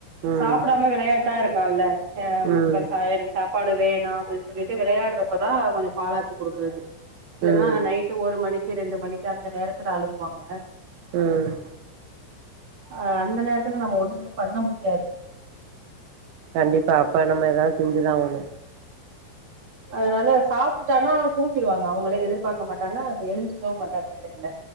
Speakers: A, on the right; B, on the right.
A: ம்
B: சாப்படாம விளையாட்டா இருக்கான்ல அ
A: ம்
B: இப்ப சாயல் சாப்பாடு வேணா அப்டின் சொல்லிட்டு விளையாட்றப்பதா கொஞ்ச பாலாத்தி குடுக்குறது இல்லன்னா
A: ம்
B: நைட்டு ஒரு மணிக்கி ரெண்டு மணிக்கு அந்த நேரத்துல அழுவாங்க
A: ம்
B: அ அந்த நேரத்துல நம்ம ஒண்ணுமே பண்ண முடியாது
A: கண்டிப்பா அப்ப நம்ம ஏதாவது செஞ்சுதா ஆவுணு
B: அதனால சாப்ட்டுட்டானா தூங்கிடுவாங்க அவுங்ளே எதிர்பார்க்க மாட்டாங்க அப்டி எழுஞ்சிரக்கவு மாட்டாங்க இடையில